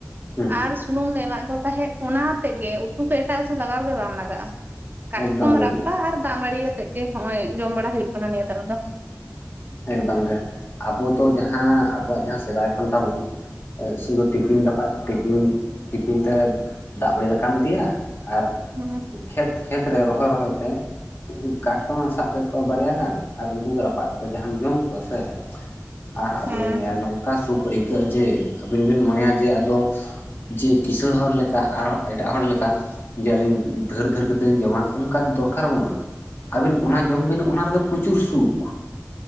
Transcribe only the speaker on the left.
ᱦᱩᱸ
ᱮᱠᱫᱚᱢ
ᱜᱮ
ᱮᱠᱫᱚᱢ ᱜᱮ ᱟᱵᱚ ᱫᱚ ᱡᱟᱦᱟᱸ ᱟᱵᱚᱣᱟᱜ ᱡᱟᱦᱟᱸ ᱥᱮᱫᱟᱭ ᱠᱷᱚᱱ ᱛᱟᱵᱳᱱ ᱥᱩᱫᱩ ᱴᱤᱯᱤᱱ ᱫᱟᱯᱟ ᱴᱤᱯᱤᱱ ᱴᱤᱯᱤᱱ ᱛᱮ ᱫᱟᱜ ᱢᱟᱹᱲᱤ ᱫᱟᱠᱟᱢ ᱤᱫᱤᱭᱟ ᱟᱨ
ᱠᱷᱮᱛ ᱠᱷᱮᱛ ᱨᱮ ᱨᱚᱦᱚᱭ ᱨᱚᱦᱚᱭ ᱛᱮ ᱠᱟᱴᱠᱚᱢ ᱮᱢ ᱥᱟᱵ ᱠᱮᱫ ᱠᱚᱣᱟ ᱵᱟᱨᱭᱟ ᱜᱟᱱ ᱟᱨ ᱩᱱᱠᱩ ᱜᱮ ᱨᱟᱯᱟᱜ ᱠᱟᱛᱮ ᱡᱚ ᱡᱟᱦᱟᱢ ᱡᱚᱢ ᱠᱚᱣᱟ ᱥᱮ ᱟᱨ ᱟᱞᱚᱢᱚ
ᱞᱮᱭᱟ ᱱᱚᱝ ᱚᱝᱠᱟ ᱥᱩᱠ ᱟᱹᱭᱠᱟᱹᱜᱼᱟ ᱡᱮ ᱟᱹᱵᱤᱱ ᱵᱤᱱ ᱢᱚᱱᱮᱭᱟ ᱡᱮ ᱟᱫᱚ ᱡᱮ ᱠᱤᱥᱟᱹᱲ ᱦᱚᱲ ᱞᱮᱠᱟ ᱟᱨᱦᱚᱸ ᱮᱴᱟᱜ ᱦᱚᱲ ᱞᱮᱠᱟ ᱡᱮ ᱟᱹᱞᱤᱧ ᱫᱷᱟᱹᱨᱼ ᱫᱷᱟᱹᱨ ᱠᱟᱛᱮᱫ ᱞᱤᱧ ᱡᱚᱢᱟ ᱚᱱᱠᱟ ᱫᱚ ᱫᱚᱨᱠᱟᱨ ᱵᱟᱹᱱᱩᱜᱼᱟ᱾ ᱟᱹᱵᱤᱱ ᱚᱱᱟ ᱡᱚᱢ ᱵᱤᱱ ᱚᱱᱟ ᱨᱮᱜᱮ ᱯᱩᱪᱩᱨ ᱥᱩᱠ᱾